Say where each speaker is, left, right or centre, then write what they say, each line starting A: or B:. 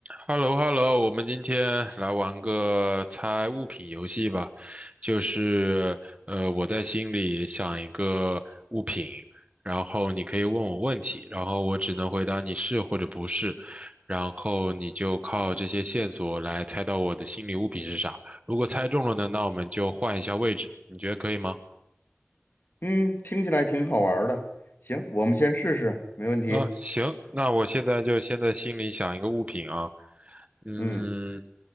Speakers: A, on the right; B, on the left.
A: h e l l o h e l l o 我们今天来玩个猜物品游戏吧。就是呃，我在心里想一个物品，然后你可以问我问题，然后我只能回答你是或者不是，然后你就靠这些线索来猜到我的心理物品是啥。如果猜中了呢，那我们就换一下位置，你觉得可以吗？
B: 嗯，听起来挺好玩儿的。行，我们先试试，没问题。
A: 呃，行，那我现在就先在心里想一个物品啊。嗯，
B: 嗯，